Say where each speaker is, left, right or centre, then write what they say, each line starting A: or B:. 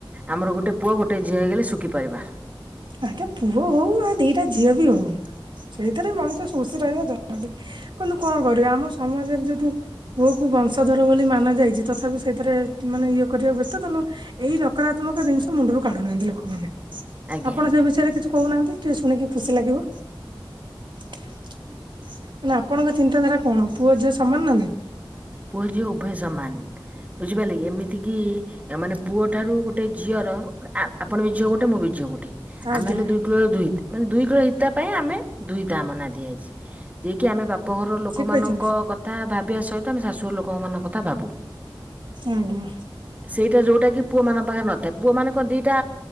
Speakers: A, on the right (about 15°); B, on the right (about 60°).
A: ଆମର ଗୋଟେ ପୁଅ ଗୋଟେ ଝି ହେଇଗଲେ ଶୁଖିପରିବା
B: ଆଟା ପୁଅ ହଉ ଆଉ ଦିଟା ଝିଅ ବି ହଉ। ସେଇଥିରେ ମଣିଷ ଖୁସୀ ରହିବା ଜରୁୀ କିନ୍ତୁ କଣ କରିବି ଆମ ସମାଜରେ ଯଦ ପୁଅ କୁ ବଂଶଧର ବୋଲି ମାନ ଯାଇଛି ତଥାପି ସେଇଥିରେ ମାନେ ଇଏ କରିବାକୁ ବ୍ୟସ୍ତ ଏଇ ନକାରାତ୍ମକ ଜିନିଷ ମୁଣ୍ଡରୁ କାଢୁନାହାନ୍ତି ଲୋକମାନେ।
A: ଆଜ୍ଞା
B: ଆପଣ
A: ଆଜ୍ଞା
B: ସେ ବିଷୟରେ କିଛି କହୁନାହାନ୍ତି ଟିକେ ଶୁଣିକି ଖୁସି ଲାଗିବ। ମାନେ ଆପଣଙ୍କ ଚିନ୍ତାଧାରା କଣ ପୁଅ ଝିଅ ସମାନ ନା ନାଇଁ।
A: ପୁଅ ଝିଅ ଉଭୟ ସମାନ। ବୁଝିପାରିଲେ ଏମିତିକ ମାନେ ପୁଅ ଠାରୁ ଗୋଟେ ଝିଅର ଆପଣ ବି ଝିଅ ଗୋଟେ ମୁଁ ବି ଝିଅ ଗୋଟେ
B: ଆଜ୍ଞା
A: ଆମେ ହେଲେ ଦୁଇ କିଲୋର ମାନେ ଦୁଇ କିଲୋ ହିତା ପାଇଁ ଆମେ ଦୁଇତା ଆମ ନା ଦିଆହେଇଛି। ଯିଏ କିି ଆମେ ବାପଘର ଲୋକମାନଙ୍କ
B: ଠିକ କହିଛନ୍ତି
A: କଥା ଭାବିବା ସହି ତ ଆମେ ଶାଶୁୁଘର ଲୋକଙ୍କ ମାନ କଥା ଭାବୁ।
B: ଆଜ୍ଞା
A: ସେଇଟା ଯୋଉଟା କି ପୁଅ ମାନଙ୍କ ପାଖରେ ନଥାଏ। ପୁଅ ମାନଙ୍କ ଦିଇଟା